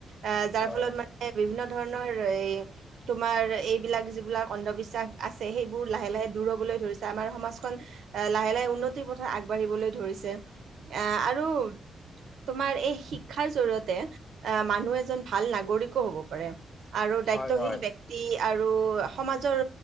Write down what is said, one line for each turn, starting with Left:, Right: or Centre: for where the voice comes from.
Right: অহ যাৰ
Left: হয়
Right: ফলত মানে বিভিন্ন ধৰণৰ এই, তোমাৰ এইট বিলাক যি বিলাক অন্ধবিশ্বাস আছে, সেইবোৰ লাহে লাহে দূৰ হ'বলৈ ধৰিছে। আমাৰ সমাজখন এ লাহে লাহে উন্নতিৰ পথত আগবাঢ়িবলৈ ধৰিছে এ আৰু তোমাৰ এই শিক্ষাৰ জৰিয়তে এহ মানুহ এজন ভাল নাগৰিকো হ'ব পাৰে। আৰু দায়িত্বশীল
Left: হয় হয়
Right: ব্যক্তি আৰু সমাজৰ